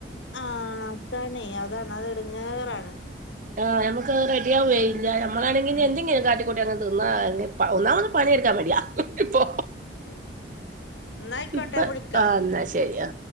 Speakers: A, on the left; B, on the right.
A: ആഹ് അതാണേ അതാണ് അത് എടങ്ങേറാണ്
B: ആ ഞമ്മക്ക് റെഡിയാവുവെയില്ല ഞമ്മളാണെങ്കി ഇനി
A: ഉം
B: എന്തെങ്കിം കാട്ടിക്കൂട്ടി അങ് തിന്നാ <unintelligible> പ ഒന്നാമത് പണിയെടുക്കാൻ മടിയാ ഇപ്പൊ
A: ഉം ന്നായിക്കോട്ടെ
B: ഇപ്പം
A: ഞാൻ വിളിക്കാ
B: ആ ന്നാ ശെരിയാ